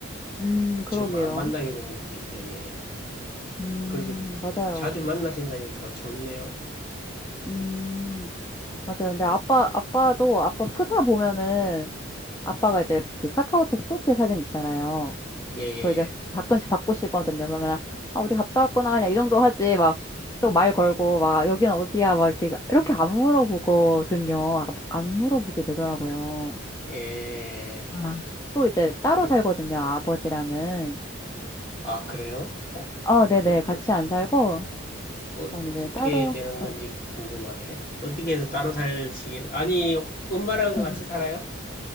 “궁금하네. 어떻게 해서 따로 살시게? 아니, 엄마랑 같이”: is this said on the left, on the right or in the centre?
Left